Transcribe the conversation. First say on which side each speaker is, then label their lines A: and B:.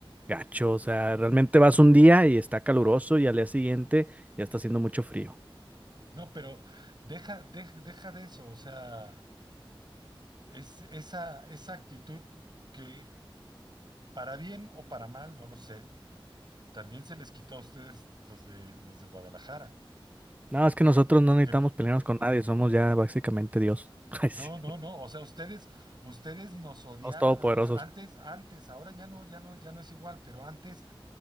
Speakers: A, on the right; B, on the right.
A: gacho. O sea, realmente vas un día y está caluroso y al día siguiente ya está haciendo mucho frío.
B: No, pero deja, deja, deja de eso, o sea, es esa, esa actitud que para bien o para mal, no lo sé También se les quitó a ustedes los de los de Guadalajara.
A: No, es que nosotros no necesitamos
B: Que f-
A: pelearnos con nadie. Somos ya básicamente Dios. <laughs> Ay,
B: no,
A: sí.
B: no, no. O sea, ustedes, ustedes nos odiaban
A: Somos todopoderosos.
B: a nos. Antes, antes, ahora ya no, ya no, ya no es igual, pero antes